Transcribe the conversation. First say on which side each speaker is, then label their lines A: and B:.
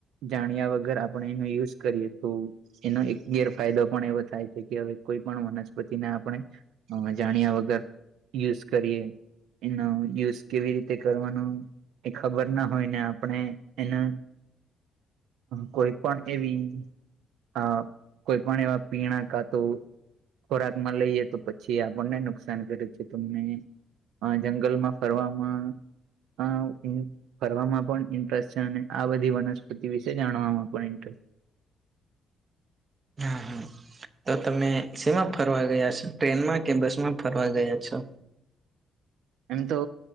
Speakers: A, on the right (about 80°); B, on the right (about 35°).
A: જાણ્યા વગર આપણે એનો યુઝ કરીએ તો-' એનો એક ગેરફાયદો પણ એવો થાય છે કે, હવે કોઈ પણ વનસ્પતિને આપણે અ જાણ્યા વગર યુઝ કરીએ. એનો યુઝ કેવી રીતે કરવાનો? એ ખબર ના હોય ને આપણે એના કોઈ પણ એવી અ કોઈ પણ એવા પીણા કા તો ખોરાક માં લઈએ તો પછી આપણને નુકસાન કરે છે. તમને હ જંગલમાં ફરવામાં અ ફરવામાં પણ ઇન્ટરેસ્ટ છે. અને આ બધી વનસ્પતિ વિશે જાણવામાં પણ ઇન્ટરેસ્ટ છે.
B: હા હા તો તમે શેમાં ફરવા ગયા છો? ટ્રેનમાં કે બસમાં ફરવા ગયા છો?
A: એમ તો